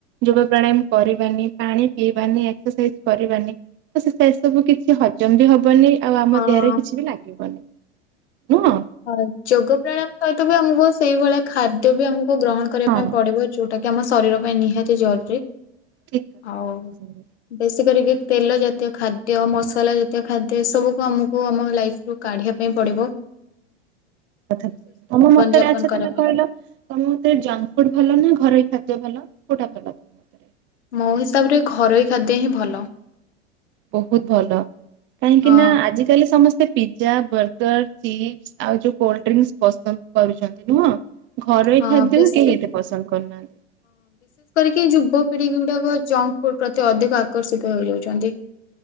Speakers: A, on the right; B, on the left.
A: ଯୋଗ ପ୍ରାଣାୟାମ କରିବାନି ପାଣି ପିଇବାନି ଏକ୍ସରସାଇଜ କରିବାନି ତ ସେ ସେ ସବୁ କିଛି ହଜମ ବି ହବନି। ଆଉ ଆମ
B: ହଁ
A: ଦେହରେ କିଛି ବି ଲାଗିବନି। ନୁହଁ
B: ହଁ ଯୋଗ ପ୍ରାଣାୟାମ ସହିତ ବି ଆମକୁ। ସେଇଭଳିଆ ଖାଦ୍ୟ ବି ଆମକୁ। ଗ୍ରହଣ କରିବା
A: ହଁ।
B: ପାଇଁ ପଡିବ ଯୋଉ। ସେଉଟାକି ଆମ ଶରୀର ପାଇଁ ନିହାତି ଜରୁରୀ।
A: ଠିକ କଥା
B: <inaudible> ଆଉ
A: କହିଛ ସାଙ୍ଗ
B: ବେଶୀ କରିକି ତେଲ ଜାତୀୟ ଖାଦ୍ୟ ମସଲା ଜାତୀୟ ଖାଦ୍ୟ ଏସବୁକୁ ଆମକୁ ଆମ ଲାଇଫ୍ରୁ କାଢ଼ିବା ପାଇଁ ପଡ଼ିବ।
A: ଥା କହିଲ ତମ ମତରେ
B: ଯାପନ
A: ଆଛ
B: କରିବା
A: ତମେ
B: ପାଇଁ
A: କହିଲ ତମ ମତରେ ଜଙ୍କ ଫୁଡ ଭଲ ନା ଘରେ ଖା ଭଲ କୋଉଟା ଭଲ ତମ ମତରେ?
B: ମୋ ହିସାବରେ ଘରୋଇ ଖାଦ୍ୟ ହିଁ ଭଲ।
A: ବହୁତ ଭଲ। କାହିଁକି
B: ହଁ
A: ନା ଆଜିିକାଲି ସମସ୍ତେ ପିଜା ବର୍ଗର ଚିପ୍ସ ଆଉ ଯୋଉ କୋଲ୍ଡ ଡ୍ରିଙ୍କସ୍ ପସନ୍ଦ କରୁଛନ୍ତି ନୁହଁ। ଘରୋଇ
B: ହଁ
A: ଖାଦ୍ୟ
B: ବିଶେଷ
A: କେହି ଏତେ ପସନ୍ଦ କରୁନାହାନ୍ତି। <inaudible>
B: କି ଯୁବପିଢି ଗୁଡାକ ଜଙ୍କ ଫୁଡ ପ୍ରତି ଅଧିକ ଆକର୍ଷିତ ହେଇଯାଉଛନ୍ତି।